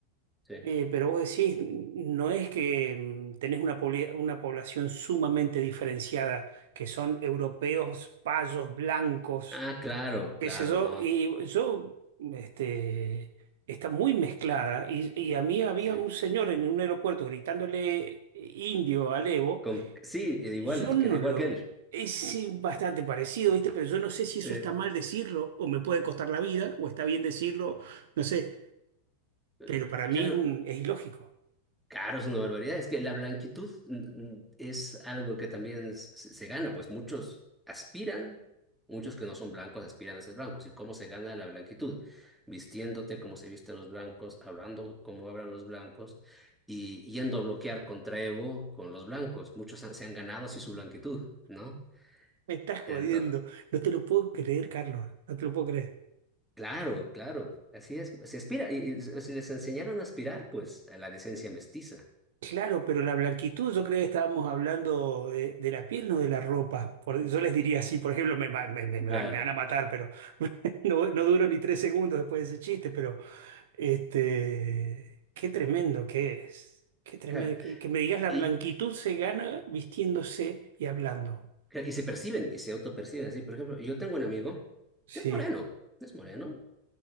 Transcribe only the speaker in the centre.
sí.
Ah, claro,
claro,
no.
Sí,
Con, sí, igual,
que era igual
que él.
Sí.
Eh,
ya,
Caro, es una barbaridad. Es que la blanquitud mm, mm, es algo que también es- se, se gana, pues muchos aspiran, muchos que no son blancos aspiran a ser blancos. ¿Y cómo se gana la blanquitud? Vistiéndote como se visten los blancos, hablando como hablan los blancos y yendo a bloquear contra Evo con los blancos. Muchos han- se han ganado así su blanquitud, ¿no?
Entonces,
claro, claro, así es. Se aspira, y, y si les enseñaron a aspirar, pues a la decencia mestiza.
Claro,
claro.
Y,
Claro, Y se perciben, y se autoperciben así. Por ejemplo, yo tengo un amigo
que es moreno, es moreno,